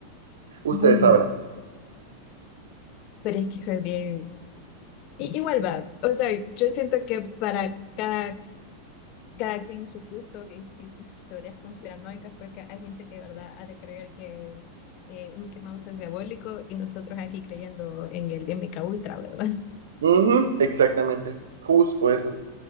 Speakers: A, on the right; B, on the left.
A: ustedes
B: mundo.
A: sabrán.
B: Pero es que eso es bien. i- igual va. O sea, yo siento que para cada cada quien su gusto y, y- y sus teorías conspiranoicas, porque hay gente que de verdad ha de creer que eh, Mickey Mouse es diabólico y nosotros aquí creyendo en el MK Ultra, ¿verdad?
A: Ujú, exactamente, justo eso,